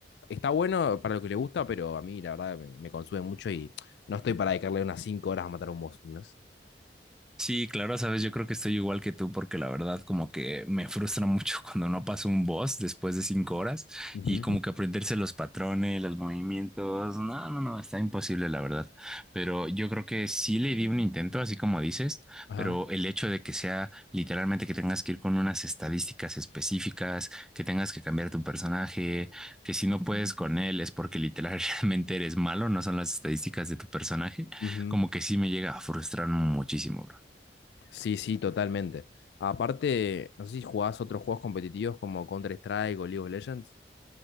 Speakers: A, on the left; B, in the centre.
A: está bueno para lo que le gusta, pero a mí la verdad me, me consume mucho y no estoy para dedicarle unas 5 horas a matar a un boss. ¿no?
B: Sí, claro, sabes, yo creo que estoy igual que tú porque la verdad como que me frustra mucho <laughs> cuando no paso un boss después de cinco horas
A: Ujú.
B: y como que aprenderse los patrones, los movimientos, no, no, no, está imposible la verdad. Pero yo creo que sí le di un intento, así como dices,
A: Ajá.
B: pero el hecho de que sea literalmente que tengas que ir con unas estadísticas específicas, que tengas que cambiar tu personaje, que si no puedes con él es porque literalmente <laughs> eres malo, no son las estadísticas de tu personaje,
A: ujú.
B: como que sí me llega a frustrar muchísimo, bro.
A: Sí, sí, totalmente. Aparte, no sé si jugás otros juegos competitivos como Counter-Strike o League of Legends.